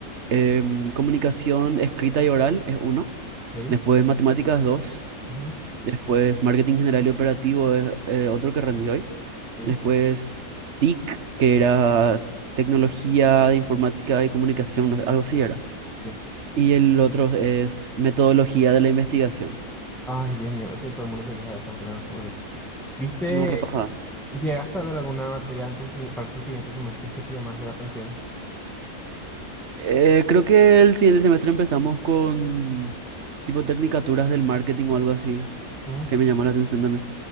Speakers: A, on the right; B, in the centre.
A: em, comunicación escrita y oral es uno.
B: Sí.
A: Después matemáticas dos.
B: Ujú.
A: Después marketing general y operativo es eh, otro que rendí hoy.
B: Sí,
A: Después TIC, que era tecnología de informática y comunicación, no sé, algo así era.
B: sí.
A: Y el otro es metodología de la investigación.
B: Ay, Dios mío, ese todo el mundo se queja de esa materia, no sé por qué. ¿Viste?
A: No repasada.
B: ¿Llegaste a ver alguna materia en tu si- para tus siguientes semestres que te llamase la atención?
A: Eh, creo que el siguiente semestre empezamos con tipo tecnicaturas del marketing o algo así,
B: ¿Mm?
A: que me llamó la atención también.